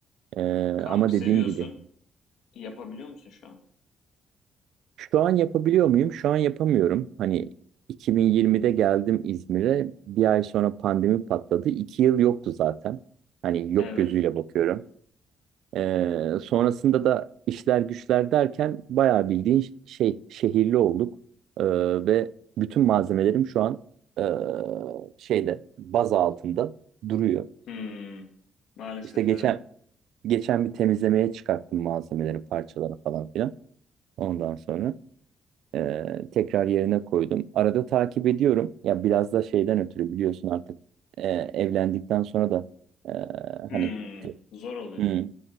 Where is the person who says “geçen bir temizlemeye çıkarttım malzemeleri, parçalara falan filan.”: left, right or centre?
Right